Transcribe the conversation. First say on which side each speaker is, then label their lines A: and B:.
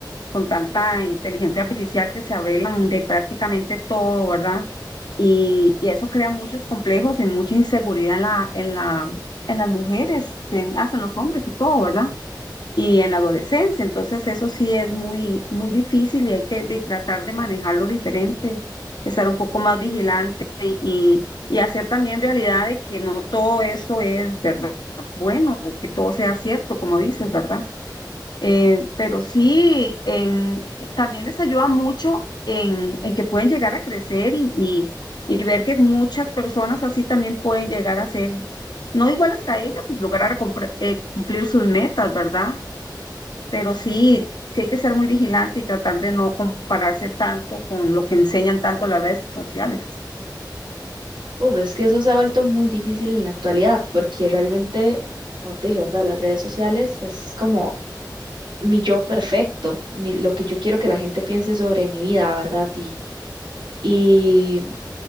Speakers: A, on the left; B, on the right.
A: con tanta inteligencia artificial que se arreglan de prácticamente todo, ¿verdad? Y, y eso crea muchos complejos y mucha inseguridad en la, en la, en las mujeres, en- hasta en los hombres y todo, ¿verdad? Y en la adolescencia, entonces eso sí es muy, muy difícil y hay que de- tratar de manejarlo diferente, estar un poco más vigilante y, y hacer también realidad de que no todo eso es verdad, bueno, que todo sea cierto, como dices, ¿verdad? Eh, pero sí, en, eh, también les ayuda mucho en, en que pueden llegar a crecer y, y- y ver que muchas personas así también pueden llegar a ser, no iguales que a ellas y lograr compre- eh, cumplir sus metas, ¿verdad? Pero sí, sí hay que ser muy vigilante y tratar de no compararse tanto con lo que enseñan tanto las redes sociales.
B: Uf, es que eso se ha vuelto muy difícil en la actualidad, porque realmente, como te dije, ¿verdad? Las redes sociales es como mi yo perfecto, mi- lo que yo quiero que la gente piense sobre mi vida, ¿verdad? Y,